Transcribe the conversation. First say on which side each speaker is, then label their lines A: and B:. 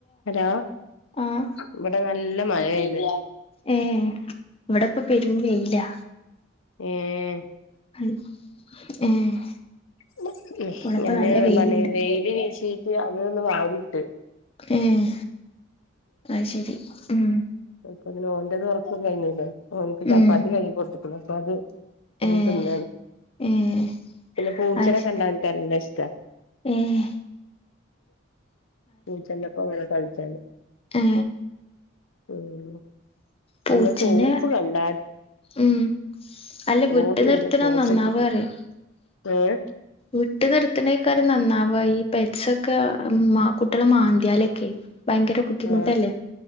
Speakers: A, on the left; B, on the left.
A: Hello
B: ആഹ്
A: ഇവടെ നല്ല മഴേയ്ത്
B: ഏഹ് ഇവടപ്പം പെരുംവെയിലാ
A: ഏഹ്
B: <unintelligible> ഏഹ്
A: ഉം
B: ഇവിടെപ്പ
A: ഞാന്
B: നല്ല വെയിലുണ്ട്
A: ന്നാല് വെയില് വീശീട്ട് അതൊന്ന് വാരിട്ട്
B: ഏഹ് അയ് ശരി ഉം
A: <unintelligible> ഓന്റെത് ഒറക്കം കഴിഞ്ഞീല്ലേ ഓനക്ക് ചപ്പാത്തി
B: ഉം
A: കയ്യിൽ കൊട്ത്ത്ക്കുന്നു ഇപ്പൊ അത് പിന്ന
B: ഏഹ്
A: തിന്നാണ്
B: ഏഹ്
A: പിന്നെ പൂച്ചനെ
B: അത് ശരി
A: കണ്ട എനിക്ക് നല്ല ഇഷ്ടം ഇഷ്ട
B: ഏഹ്
A: പൂച്ചന്റെ ഒപ്പം അങ്ങനെ കളിച്ചാണ്
B: മം
A: ഉം
B: പൂച്ചനെ
A: പിന്നെ സോപ്പ് കണ്ട
B: ഉം അല്ല വിട്ട്
A: ഓടി
B: നിർത്തണം
A: വരും സോപ്പ്
B: നന്നാവൂ
A: എടുത്തിട്ട്
B: അറിയ
A: ഏഹ്
B: വിട്ട് നിർത്തുന്നേക്കാര് നന്നാവ ഈ പെറ്റ്സൊക്കെ കുട്ടികള മാന്തിയാലൊക്കെ ഭയങ്കര ബുദ്ധിമുട്ടല്ലേ
A: ആ